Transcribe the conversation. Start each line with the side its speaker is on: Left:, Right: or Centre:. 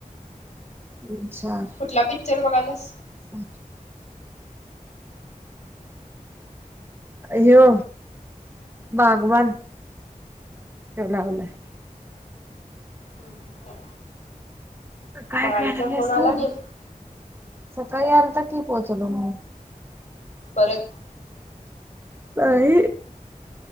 Right: अच्छा. <unintelligible>
Left: कुठला पिक्चर बघायलास.
Right: <unintelligible> ह्यो बागवान ह्यो लावलाय.
Left: हम्म हम्म हम्म.
Right: काय
Left: मग आईचा
Right: करायलेस
Left: फोन आला
Right: तू
Left: नाही
Right: सकाळी आलता की पोहचलो मंग.
Left: परत
Right: नाही.